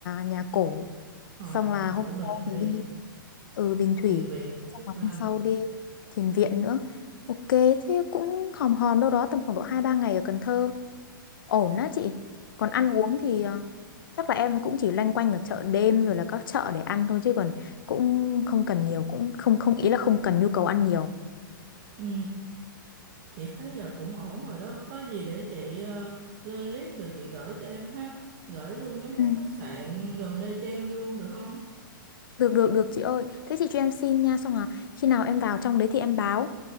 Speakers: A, on the left; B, on the right.
A: nhà cổ
B: ờ
A: xong là
B: nhà
A: hôm
B: cổ Bình
A: sau
B: Thủy
A: thì đi ừ Bình
B: Thiền
A: Thủy
B: viện Trúc
A: xong là
B: Lâm
A: hôm sau đi Thiền Viện nữa ok thế cũng hòm hòm đâu đó tầm khoảng độ hai ba ngày ở Cần Thơ ổn á chị còn ăn uống
B: ừ.
A: thì ờ, chắc là em cũng chỉ loanh quanh ở chợ đêm rồi là các chợ để ăn thôi chứ còn cũng không cần nhiều cũng không không ý là không cần nhu cầu ăn nhiều
B: Ừ. Chị thấy là cũng ổn rồi đó, có gì để chị ờ, lên list rồi chị gửi cho em ha, gửi luôn mấy
A: Ừ.
B: cái khách sạn gần đây cho em luôn được không?
A: được được được chị ơi thế chị cho em xin nha xong là khi nào em vào trong đấy thì em báo